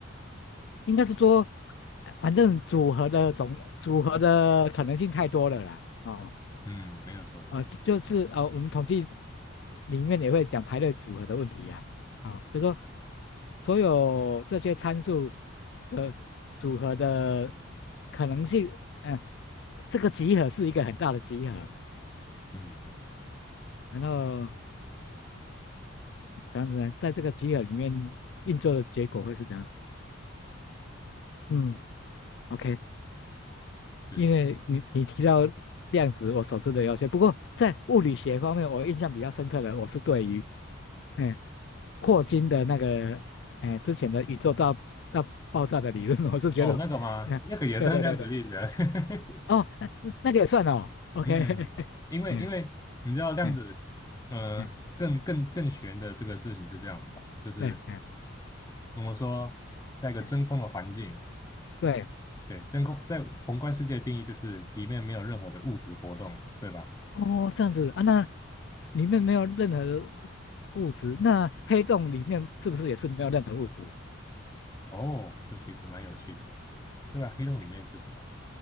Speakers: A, on the left (about 55°); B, on the left (about 15°).
A: 应该是说，反正组合的总组合的可能性太多了啦，哦。
B: 嗯，没有错，
A: 啊、就是啊、呃我们统计里面也会讲排列组合的问题呀、啊，啊、就说所有这些参数的组合的可能性，嗯、这个集合是一个很大的集合，
B: 嗯嗯，
A: 然后这样子呢，在这个集合里面运作的结果会是怎样？嗯，OK，
B: 是
A: 因为你你提到量子，我所知的有些，不过在物理学方面，我印象比较深刻的，我是对于。嗯霍金的那个，哎，之前的宇宙大大爆炸的理论，<laughs> 我是觉得，
B: 哦，那个吗？
A: 嗯，
B: 那个也算量子力学，
A: 对对对对，
B: <laughs>
A: 哦，那那个也算哦，OK，
B: 嗯，
A: <laughs>
B: 因为因为你知道量子，
A: 嗯嗯
B: 呃，
A: 嗯，
B: 更更更玄的这个事情是这样子的，就是
A: 对，嗯
B: 我们说在一个真空的环境，
A: 嗯对，
B: 对，真空在宏观世界的定义就是里面没有任何的物质活动，对吧？
A: 哦，这样子啊，那里面没有任何的物物质，那黑洞里面是不是也是没有任何物质？
B: 哦，这其实蛮有趣的，对吧？黑洞里面是什么？